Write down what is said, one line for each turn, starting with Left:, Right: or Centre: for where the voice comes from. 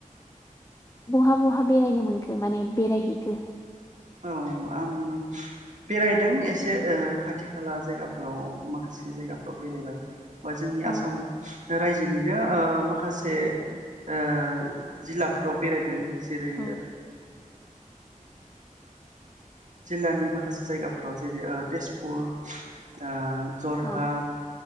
Left: बहा बहा बेरायनो मोनखो माने बेरायहैखो
Right: औ आं बेरायदों एसे ओ खाथि खाला जायगाफोराव माखासे जायगाफ्राव बेरायबाय। बा जोंनि
Left: औ
Right: आसाम राय जोंनिनो ओ माखासे ओ जिल्लाफोराव बेरायदों जेरै
Left: औ
Right: जिल्लानि माखासे जायगाफोराव जेरै तेजपुर ओ जरहाट,
Left: औ